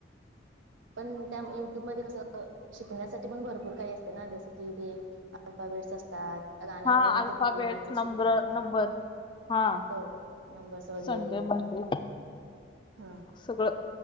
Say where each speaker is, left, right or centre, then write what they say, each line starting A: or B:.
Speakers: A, on the right; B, on the left.
A: पण त्या युट्यूब मध्ये कसं शिकण्यासाठी पण भरपूर काही असत. ना जस कि ते अल्पा बेट्स असतात. गाण्यावरून
B: हा अल्फाबेट
A: ते बोलण्याच
B: नंबर
A: शिकता.
B: नंबर हा
A: हो नंबर्स वगैरे
B: संडे मंडे
A: हा.
B: सगळं